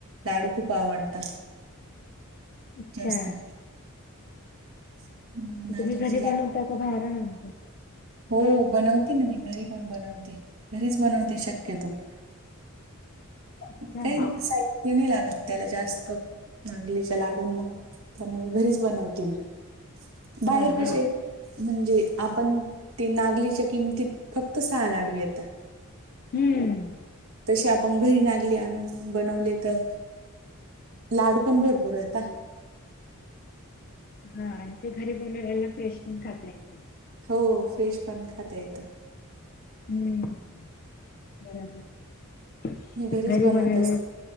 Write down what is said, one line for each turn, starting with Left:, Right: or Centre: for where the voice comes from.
Right: लाडू खूप आवडतात
Left: अच्छा
Right: जास्त. <inaudible> नागलीचे
Left: तुम्ही घरी
Right: लाडू
Left: बनवता का बाहेर आणता
Right: हो बनवते ना मी घरी पण बनवते घरीच बनवते शक्यतो.
Left: अच्छा
Right: काय साई ते नाही लागत त्याला जास्त नागलीच्या लाडूंना त्यामुळे घरीच बनवते मी बाहेर
Left: हा हा
Right: कसे म्हणजे आपण ते नागलीच्या किमतीत फक्त सहा लाडू येता.
Left: हम्म
Right: तसे आपण घरी नागली आणून बनवले तर लाडू पण भरपूर येता
Left: हा आणि ते घरी बनूनयला फ्रेश पण खातायेता
Right: हो फ्रेश पण खाता येतं
Left: हम्म बरोबर
Right: मी घरीच
Left: घरी
Right: बनवत
Left: बनलेल
Right: असते.